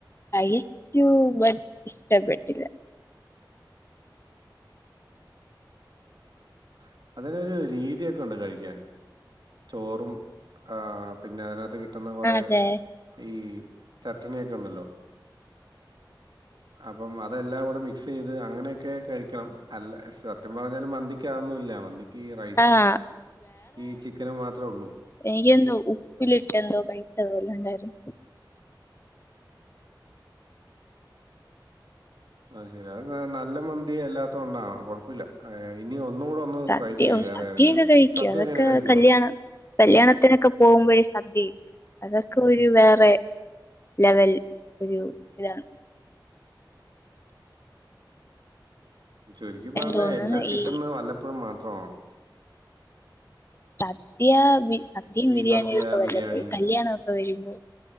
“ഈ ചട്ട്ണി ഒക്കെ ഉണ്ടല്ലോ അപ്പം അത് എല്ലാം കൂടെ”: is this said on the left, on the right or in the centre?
Right